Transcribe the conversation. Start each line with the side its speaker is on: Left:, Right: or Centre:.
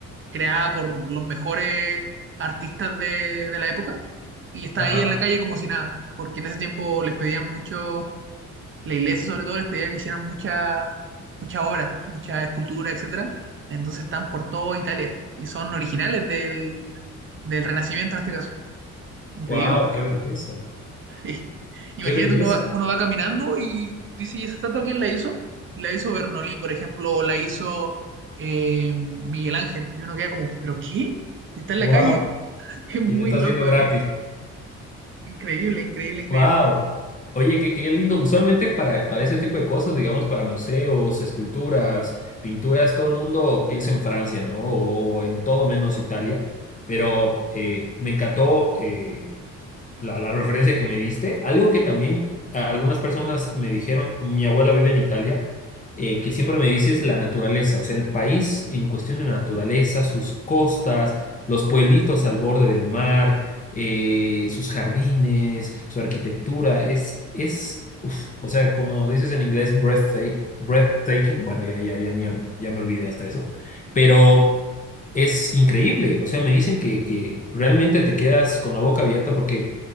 Right: creada por los mejores artistas de, de la época y está
Left: Ajá.
Right: ahí en la calle como si nada. Porque en ese tiempo les pedían mucho, la iglesia sobre todo les pedía que hicieran muchas muchas obras, muchas esculturas, etcétera. Entonces están por toda Italia y son originales del, del Renacimiento en este caso. Increíble.
Left: Wow, qué belleza.
Right: <laughs> Sí. Imagínate,
Left: Qué belleza.
Right: uno va, uno va caminando y dice, ¿y esa estatua quién la hizo? La hizo Bernolí, por ejemplo, o la hizo eh, Miguel Ángel. Y uno queda como, que, ¿pero qué? Está en
Left: Wow.
Right: la calle. <laughs> Es muy
Left: Y lo estás
Right: loco
Left: viendo gratis.
Right: eso. Increíble, increíble, increíble.
Left: Wow. Oye, qué, qué lindo. Usualmente para, para ese tipo de cosas, digamos, para museos, esculturas, pinturas, todo el mundo piensa en Francia, ¿no? O, o en todo menos Italia. Pero eh, me encantó. eh, la, la referencia que me diste. Algo que también a- algunas personas me dijeron, mi abuela vive en Italia, eh, que siempre me dice es la naturaleza, o sea, el país en cuestión de naturaleza, sus costas, los pueblitos al borde del mar, eh, sus jardines, su arquitectura, es, es, uf, o sea, como dices en inglés, breathtaking, breathtaking, bueno, ya, ya, ya, ni- ya me olvidé hasta eso, pero... Es increíble, o sea, me dicen que, que realmente te quedas con la boca abierta porque